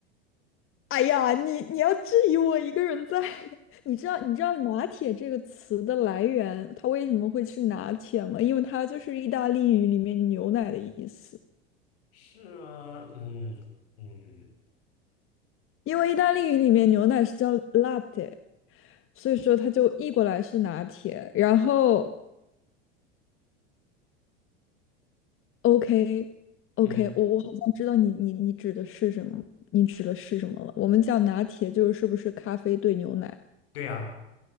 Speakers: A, on the left; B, on the left.
A: 哎呀，你你要质疑我一个人在？<laughs> 你知道你知道拿铁这个词的来源，它为什么会是拿铁吗？因为它就是意大利语里面牛奶的意思。
B: 是吗？嗯嗯
A: 因为意大利语里面牛奶是叫 latte，所以说它就译过来是拿铁。然后 OK OK，
B: 嗯，
A: 我我好像知道你你你指的是什么，你指的是什么了？我们叫拿铁就是是不是咖啡兑牛奶
B: 对啊，